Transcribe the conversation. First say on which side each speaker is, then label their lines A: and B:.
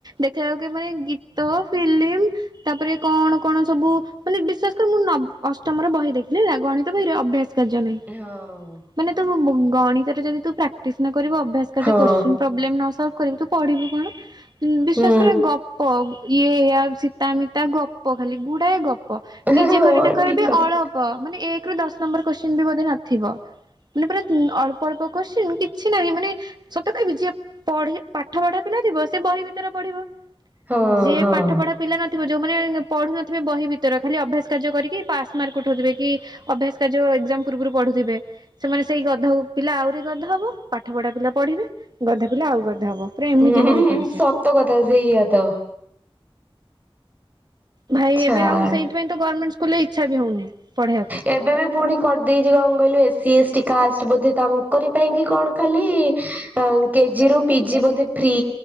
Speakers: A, on the right (about 45°); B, on the right (about 15°).
A: ଦେଖିଲା ବେଳକୁ ଏମାନେ ଗୀତ ଫିଲ୍ମ ତାପରେ କଣ କଣ ସବୁ ମାନେ ବିଶ୍ୱାସ ମୁଁ ନ ଅଷ୍ଟମ ର ବହି ଦେଖିଲି ଗଣିତ ବହିରେ ଅଭ୍ୟାସ କାର୍ଯ୍ୟ ନାହିଁ।
B: ହଁ।
A: ମାନେ ତୁ ଗଣିତରେ ଯଦି ତୁ ପ୍ରାକ୍ଟିସ୍ ନ କରିବୁ ଅଭ୍ୟାସ କାର୍ଯ୍ୟ
B: ହଁ
A: କୋସିନ୍ ପ୍ରୋବଲେମ ନ ସଲବ୍ କରିବୁ ତୁ ପଢିବୁ କଣ ବିଶ୍ୱାସ
B: ହୁଁ
A: କରେ ଗ ଗପ ଇଏ ଆ ସୀତାମିତା ଗପ ଖାଲି ଗୁଡାଏ ଗପ।
B: ହଁ
A: ନିଜେ କରି ଦେଖରେ
B: ଠିକ
A: ବି
B: କଥା
A: ଅଳପ ମାନେ ଏକ ରୁ ଦଶ ନମ୍ବର କୋଶ୍ଚିନ ବି ବୋଧେ ନଥିବ। ମାନେ ପୁରା ଅଳ୍ପ ଅଳ୍ପ କୋଶ୍ଚିନ୍‌ କିଛି ନାହିଁ ମାନେ ସତ କହିବି ଯିଏ ପଢ଼େ ପାଠ ପଢା ପିଲା ଥିବ ସେ ବହି ଭିତରେ ପଢିବ।
B: ହଁ
A: ଯିଏ
B: ହଁ।
A: ପାଠ ପଢା ପିଲା ନଥିବ ଯେଉଁମାନେ ପଢ଼ୁନଥିବେ ବହି ଭିତର ଖାଲି ଅଭ୍ୟାସ କାର୍ଯ୍ୟ କରିକି ପାସ୍ ମାର୍କ ଉଠଉଥିବେ କି ଅଭ୍ୟାସ କାର୍ଯ୍ୟ ଏଗ୍ଜାମ୍ ପୂର୍ବରୁ ପଢୁଥିବେ। ସେମାନେ ସେଇ ଗଧ ପିଲା ଆହୁରି ଗଧ ହବ ପାଠ ପଢ଼ା ପିଲା ପଢ଼ିବେ ଗଧ ପିଲା ଆଉ ଗଧ ହବ। ପୁରା ଏମିତି
B: ହୁଁ
A: ବହି କରିଚେ।
B: ସତ କଥା ସେଇଆ ତ।
A: ଭାଇ
B: ଛାଡ
A: ଏବେ ଆଉ ସେଇଥି ପାଇଁ ତ ଗର୍ଣ୍ଣମେଣ୍ଟ ସ୍କୁଲରେ ଇଚ୍ଛା ବି ହଉନି ପଢ଼େଇ ବାକୁ।
B: ଏବେ ବି ପୁଣି କରିଦେଇଛି କଣ କହିଲୁ ଏସ୍ ସି ଏସ୍ଟି କାଷ୍ଟ ବୋଧେ ତାଙ୍କରି ପାଇଁ କି କଣ ଖାଲି ଆଉ କେଜି ରୁ ପିଜି ବୋଧେ ଫ୍ରି